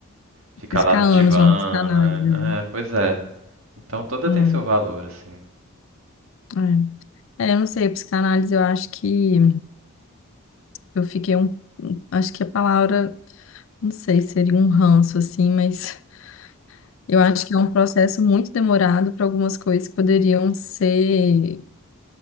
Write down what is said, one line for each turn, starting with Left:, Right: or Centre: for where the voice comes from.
Right: Ficar
Left: Vocês
Right: lá
Left: Ficar
Right: no
Left: anos
Right: divã,
Left: vamos psicanálise.
Right: né?
Left: né?
Right: É, pois é. Então toda
Left: Hum,
Right: tem seu valor, assim.
Left: é. É, eu não sei, psicanálise eu acho que eu fiquei um. um, Acho que a palavra, não sei, seria um ranço, assim, mas eu acho que é um processo muito demorado para algumas coisas que poderiam ser